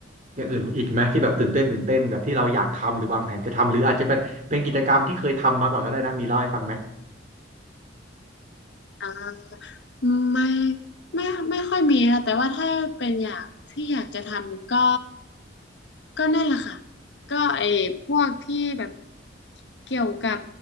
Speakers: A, on the right (about 40°); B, on the left (about 65°).
A: อย่างอื่นอีกไหมที่แบบตื่นเต้นตื่นเต้นแบบที่เราอยากทำหรือวางแผนจะทำหรืออาจจะเป็นเป็นกิจกรรมที่เคยทำมาก่อนก็ได้นะมีเล่าให้ฟังไหม
B: อ่า ไม่ไม่ไม่ค่อยมีค่ะแต่ว่าถ้าเป็นอยากที่อยากจะทำก็ก็นั่นแหละค่ะก็ไอ้พวกที่แบบเกี่ยวกับ